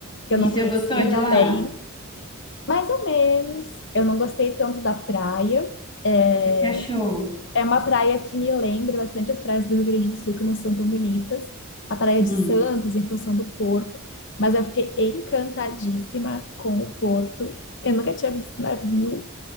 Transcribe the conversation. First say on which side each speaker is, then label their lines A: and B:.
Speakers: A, on the left; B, on the left.
A: que
B: E
A: eu não
B: você
A: conhecia
B: gostou de
A: também,
B: lá? O
A: mais ou menos. Eu não gostei tanto da praia. É
B: que você achou?
A: é uma praia que me lembra bastante as praias do Rio Grande do Sul, que não são tão bonitas. A praia
B: Hum.
A: de Santos, em função do porto. Mas eu fiquei encantadíssima com o porto. Eu nunca tinha visto navio